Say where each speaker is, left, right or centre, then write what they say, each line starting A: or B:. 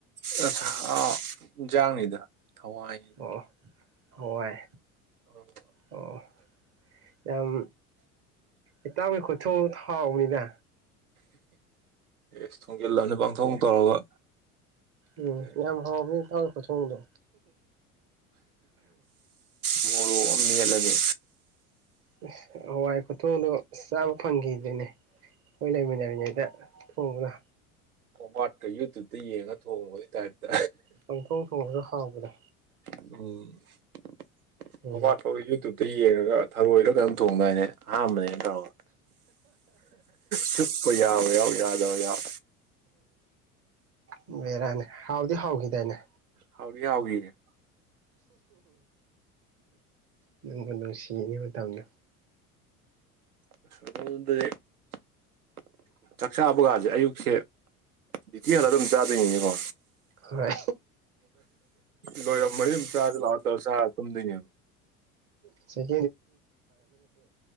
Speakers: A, on the right (about 75°); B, on the right (about 30°).
A: ꯆꯥꯛꯍꯥꯎ ꯏꯟꯖꯥꯡꯅꯤꯗ ꯊꯋꯥꯏꯅꯤ
B: ꯑꯣ ꯑꯣ ꯍꯋꯥꯏ
A: <unintelligible>
B: ꯑꯣ ꯌꯥꯝ ꯏꯇꯥꯎꯒꯤ ꯈꯨꯊꯣꯡ ꯍꯥꯎꯕꯅꯤꯗ
A: ꯏꯁ ꯊꯣꯡꯖꯤꯜꯂꯕꯅꯤ ꯄꯥꯡꯊꯣꯛ
B: ꯑꯦ
A: ꯇꯧꯔꯒ
B: ꯎꯝ
A: ꯑꯗꯩ
B: ꯌꯥꯝ ꯍꯥꯎꯕꯅꯤ ꯏꯇꯥꯎꯒꯤ ꯈꯨꯊꯣꯡꯗꯣ
A: ꯃꯣꯔꯣꯛ ꯑꯝ ꯃꯦꯠꯂꯒꯦ
B: ꯑꯁ ꯍꯋꯥꯏ ꯈꯨꯊꯣꯡꯗꯣ ꯆꯥꯕ ꯐꯪꯈꯤꯗ꯭ꯔꯦꯅꯦ ꯑꯈꯣꯏ ꯂꯩꯃꯤꯟꯅ ꯉꯩꯗ ꯊꯣꯡꯕꯗꯣ
A: ꯇꯣꯡꯕ꯭ꯔꯥꯠꯀ ꯌꯨꯇꯨꯞꯇ ꯌꯦꯡꯉꯒ ꯊꯣꯡꯕꯒꯤ ꯇꯥꯏꯞꯇꯥ
B: ꯄꯪꯊꯣꯛ ꯊꯣꯡꯉꯖꯨ ꯍꯥꯎꯕꯅꯦ
A: <inaudible>
B: ꯎꯝ
A: ꯑꯗꯨ ꯌꯦꯡꯉꯒ ꯊꯔꯣꯏꯔꯥ ꯀꯩꯅꯣꯝ ꯊꯣꯡꯗꯥꯏꯅꯦ ꯑꯍꯥꯟꯕꯅꯦꯅ ꯇꯧꯔꯒ ꯆꯨꯞꯄ ꯌꯥꯕ ꯌꯥꯎ ꯌꯥꯎꯗꯕ ꯌꯥꯎ
B: ꯎꯝ ꯕꯦꯔꯥꯅꯤ ꯍꯥꯎꯗꯤ ꯍꯥꯎꯒꯤꯗꯥꯏꯅꯦ
A: ꯍꯥꯎꯗꯤ ꯍꯥꯎꯒꯤꯌꯦ
B: ꯅꯪꯕꯨ ꯅꯨꯡꯁꯤꯅꯦ ꯃꯇꯝꯗꯣ
A: <inaudible> ꯆꯥꯛꯆꯥꯥꯕꯒꯥꯥꯖꯦ ꯑꯌꯨꯛꯁꯦ ꯗ꯭ꯌꯨꯇꯤ <inaudible> ꯑꯗꯨꯝ ꯆꯥꯗꯣꯏꯅꯤꯅꯩꯀꯣ
B: ꯍꯣꯢ
A: ꯂꯣꯏꯔꯝꯃꯗꯤ ꯑꯗꯨꯝ ꯆꯥꯖꯤꯂꯥꯛꯑꯣ ꯇꯧꯔꯥ ꯆꯥꯔꯥ ꯇꯨꯝꯗꯣꯏꯅꯦꯕ
B: <inaudible> ꯑꯝ